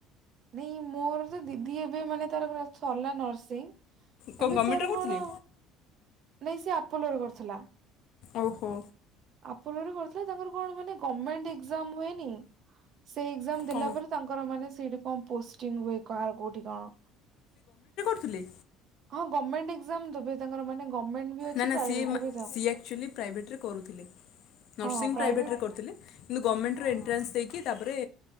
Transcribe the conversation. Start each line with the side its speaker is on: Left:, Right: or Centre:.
Right: ନେଇ ମୋର ତ ଦିଦି ଏବେ ମାନେ ତାର ପୁରା ସରିଲା ନର୍ସିଂ
Left: କଣ
Right: ଏବେ
Left: ଗଭର୍ଣ୍ଣମେଣ୍ଟରେ
Right: ତାର
Left: କରୁଥିଲେ?
Right: କଣ ନାଇ ସେ ଆପୋଲୋ ରେ କରିଥିଲା।
Left: ଓହୋ
Right: ଆପୋଲୋ ରେ କରିଥିଲେ ତାଙ୍କର କଣ ମାନେ ଗମେଣ୍ଟ୍ ଏକ୍ଜାମ୍ ହୁଏନି ସେଇ ଏକ୍ଜାମ୍
Left: ହଁ।
Right: ଦେଲାପରେ ତାଙ୍କର ମାନେ ସେଇଠି କଣ ପୋଷ୍ଟିଙ୍ଗ୍ ହୁଏ। କାହାର କୋଉଠି କଣ?
Left: ଥିଲେ
Right: ହଁ ଗଭର୍ଣ୍ଣମେଣ୍ଟ ଏକ୍ଜାମ ଦେବେ ତାଙ୍କର ମାନେ ଗଭର୍ଣ୍ଣମେଣ୍ଟ ବି ଅଛି
Left: ନା ନା
Right: ପ୍ରାଇଭେଟ
Left: ସିଏ ମ
Right: ରେ ବି ଥାଉ।
Left: ସିଏ ଆକ୍ଚୁଆଲି ପ୍ରାଇଭେଟ୍ ରେ କରୁଥିଲେ ନର୍ସିଂ
Right: ହଁ ପ୍ରାଇଭେଟ
Left: ପ୍ରାଇଭେଟ୍ ରେ କରୁଥିଲେ କିନ୍ତୁ ଗମେଣ୍ଟ୍ ରେ ଏନ୍ଟ୍ରାନ୍ସ ଦେଇକି ତାପରେ